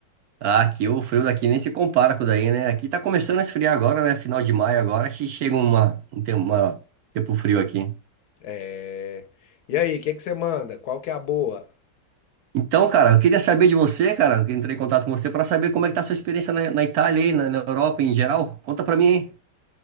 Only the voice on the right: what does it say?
Ah, aqui o frio daqui nem se compara com o daí, né? Aqui tá começando a esfriar agora, né? Final de maio agora, que chega uma, um tempo, uma- tempo frio aqui.
Então, cara, eu queria saber de você, cara, que entrei em contato com você pra saber como é que tá a sua experiência na, na Itália aí, na, na Europa em geral. Conta pra mim, hein?